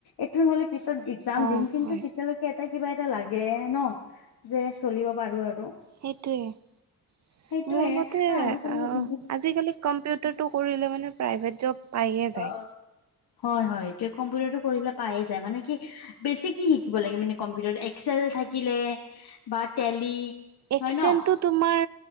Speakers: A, on the left; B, on the right.
A: এইটো হ'লে পিছত এক্সাম
B: অ
A: দিম কিন্তু
B: হয়।
A: তেতিয়ালৈ এটা কিবা এটা লাগে ন, যে চলিব পাৰো আৰু।
B: সেইটোৱে
A: সেইটোয়ে
B: মোৰ মতে
A: আৰু
B: আ
A: আজিকালি ইংগিত
B: আজিকালি কম্পিউটাৰটো কৰিলে মানে প্ৰাইভেট জব পায়ে যায়।
A: অ', অ', হয় হয় এ কম্পিউটাৰটো কৰিলে পায়ে যায় মানে কি বেছি কি শিকিব লাগে মানে কম্পিউটাৰত এক্সেল থাকিলে বা টেলি
B: এক্সেলটো
A: হয় ন
B: তোমাৰ